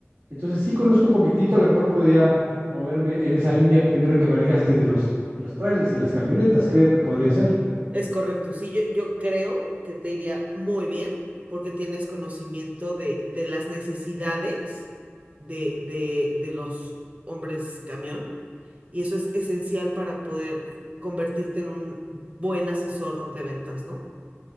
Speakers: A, on the right (about 50°); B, on the right (about 30°).
A: Entonces sí conozco un poquitito, a lo mejor podría moverme en esa línea primero que manejaste de los de los trailers y las camionetas, creo que podría ser.
B: Es correcto, sí, yo, yo creo que te iría muy bien porque tienes conocimiento de, de las necesidades de, de, de los hombres camión y eso es esencial para poder convertirte en un buen asesor de ventas, ¿no?